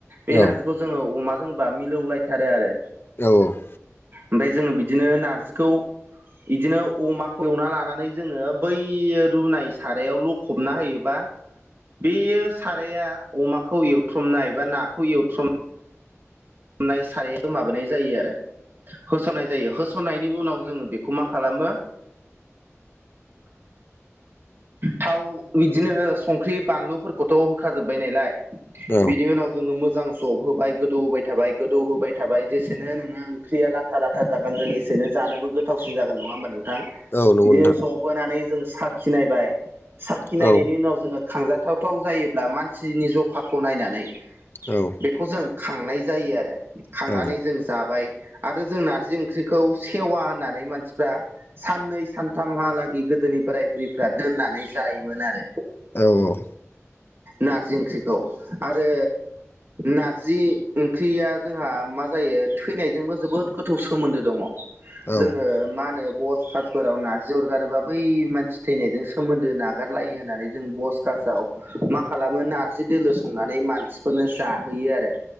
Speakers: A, on the right; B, on the left.
A: बे
B: औ
A: नारजिखौ जोङो अमा जोंबा मिलौलायथारो आरो
B: औ
A: ओमफ्राय जोङो बिदिनो नारजिखौ बिदिनो अमाखौ एवना लानानै जोङो बै रुनाय सारायाव लखबना होयोबा
B: <inaudible>
A: बेयो साराया अमाखौ एवथ्रमनाय बा नाखौ एवथ्रमनाय नाय सार माबाय जायो आरो होसननाय जायो हो सनायनि उनाव जोङो बेखौ मा खालामो थाव बिदिनो संख्रि बानलुफोरखौथ' होखाजोबबाय नालाय बिनि
B: औ औ
A: उनाव जोङो मोजां जब होबाय गोदौ होबाय थाबाय गोदौ होबाय थाबाय जेसे एसेनो नोङो ओंख्रिया लाथा लाथा जागोन जों एसेनो जानोबो गोथावसिन जागोन नङा होमबा नोंथां
B: नंगौ नोंथां
A: बिदिनो जबहोनानै जों साखिनायबाय साखिनायनायनि
B: औ
A: उनाव जोङो खांजाथ थावथाव जायोब्ला मानसिनि जखाखौ नायनानै
B: औ
A: बेखौ जों खांनाय जायो आरो खांनानै
B: औ
A: जों जाबाय आरो जों नारजि ओंख्रिखौ सेवा होननानै मानसिफ्रा साननै सान थामहालागि गोदोनि बोराय बुरिफ्रा दोननानै जायोमोन आरो
B: औ औ
A: नारजि ओंख्रिखौ आरो नारजि ख्रिया जोंहा मा जायो थैनायजोंबो जोबोद गोथौ सोमोन्दो दङ
B: औ
A: जोङो मा होनो ब कासफोराव नारजि अरगारोबा बै मानसि थैनायजों सोमोन्दो नागारलायो होननानै जों बस कासाव
B: <inaudible>
A: मा खालामो नारजि दोलो संनानै मानसिफोरनो जाहोयो आरो